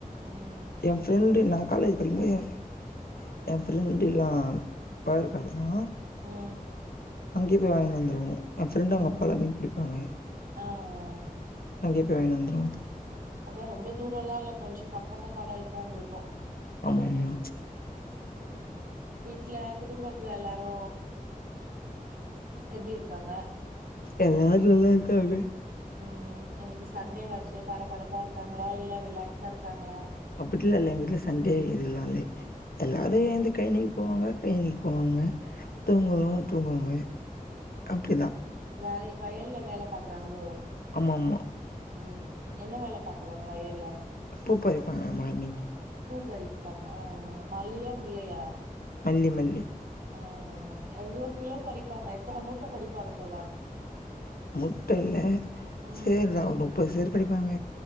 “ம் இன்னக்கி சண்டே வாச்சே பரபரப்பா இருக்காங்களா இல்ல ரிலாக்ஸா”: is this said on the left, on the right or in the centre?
Right